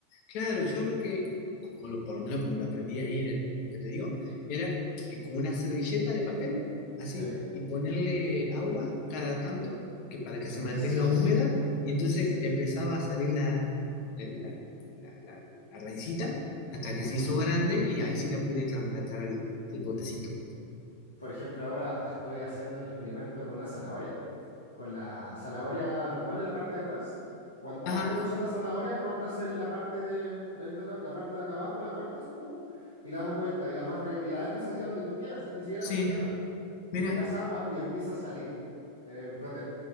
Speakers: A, on the left (about 45°); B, on the left (about 75°).
A: Claro, yo lo que, como lo- por lo menos como lo aprendí ahí en el que te digo, era eh, con una servilleta de papel, así,
B: Sí,
A: y ponerle agua cada tanto que para que se
B: también
A: mantenga
B: sirve.
A: húmeda, y entonces
B: Sí.
A: empezaba a salir la, la, la- la- la- la raicita hasta que
B: Ujú.
A: se hizo grande y ahí sí la pude trasplantar al, el potecito.
B: Por ejemplo, ahora estoy haciendo un experimento con una zanahoria. con la zanahoria normal en la parte de atrás. Cuando,
A: Ajá,
B: antes de usar la zanahoria, cortas en la parte de, de ahí está la, la parte de acá abajo, la cortas, pum, y la das vuelta y la, vas rega- y la dejas así donde tú quieras, ni siquiera
A: sí,
B: con tierra.
A: mira,
B: Le tiras agua y empieza a salir eh, brote.